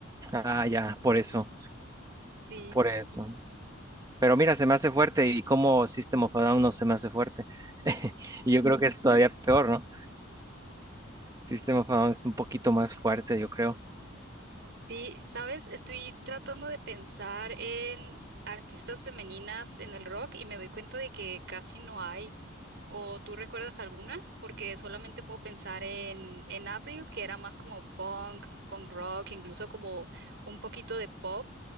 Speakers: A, on the right; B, on the right.
A: ah, ya, por eso,
B: Sí.
A: por eso. Pero mira, se me hace fuerte y como System of a Down no se me hace fuerte. <laughs> Y yo creo que es todavía peor, ¿no? System of a Down es un poquito más fuerte, yo creo.
B: Sí, ¿sabes? Estoy tratando de pensar en artistas femeninas en el rock y me doy cuenta de que casi no hay. ¿O tú recuerdas alguna? Porque solamente puedo pensar en, en Avril, que era más como punk, punk rock, incluso como un poquito de pop,